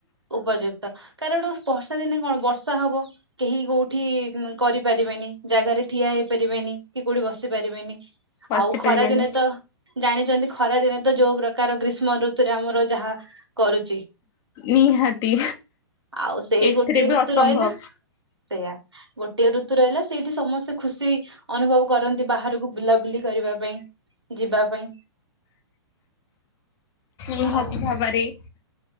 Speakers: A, on the right; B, on the left.
A: ଉପଯୁକ୍ତ କାରଣ? ବର୍ଷା ଦିନେ କଣ ବର୍ଷା ହବ କେହି କୋଉଠି କରିପାରିବେନି ଜାଗାରେ ଠିଆ ହେଇପାରିବେନି। ନି କି କୋଉଠି ବସି ପାରିବେନି
B: ବସି
A: ଆଉ
B: ପାରିବାନି
A: ଖରା ଦିନେ ତ ଜାଣିଛନ୍ତି ଖରା ଦିନ ତ ଯୋଉ ପ୍ରକାର ଗ୍ରୀଷ୍ମ ଋତୁରେ ଆମର ଯାହା କରୁଚି।
B: ନିହାତି
A: ଆଉ ସେଇ
B: ଏଥିରେ
A: ଗୋଟିଏ
B: ବି
A: ଋତୁ
B: ଅସମ୍ଭବ
A: ରହିଲା ସେଇୟା। ଗୋଟିଏ ଋତୁ ରହିଲା ସେଇଠି ସମସ୍ତେ ଖୁସି ଅନୁଭବ କରନ୍ତି ବାହାରକୁ ବୁଲାବୁଲି କରିବା ପାଇଁ। ଯିବା। ପାଇଁ
B: ନିହାତି
A: ଆଉ
B: ଭାବରେ।